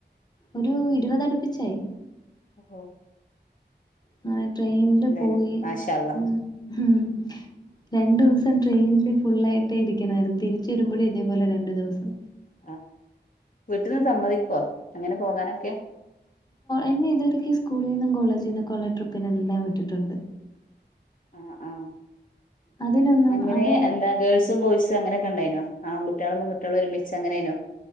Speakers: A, on the left (about 20°); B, on the left (about 45°).
A: ഒരു ഇരുപത് അടുപ്പിച്ചായി
B: ഓഹ്
A: അങ്ങനെ ട്രെയിനില്
B: എന്തായാലും
A: പോയി
B: മാഷാ അല്ലാഹ്
A: ഉം രണ്ടുസം ട്രെയിനില് ഫുള്ളായിട്ടേ ഇരിക്കണായിരുന്നു തിരിച്ചു വരുമ്പോഴെ ഇതേപോലെ രണ്ടു ദവസം
B: ആഹ് വീട്ടില് സമ്മതിക്കോ അങ്ങനെ പോകാനൊക്കെ
A: എന്നെ ഇതുവരക്ക് സ്കൂളിൽ നിന്നും കോളേജിൽ നിന്നൊക്കെ ഉള്ള ട്രിപ്പിനെല്ലാം വിട്ടിട്ടുണ്ട്
B: ആഹ് ആഹ്
A: അതിനൊന്നും
B: അങ്ങനെ
A: അത്
B: എന്താ ഗേൾസും ബോയ്സും അങ്ങനെയൊക്കെ ഉണ്ടായിനോ ആകുട്ടികളും പെൺകുട്ടികളും ഒരുമിച്ച് അങ്ങനെനോ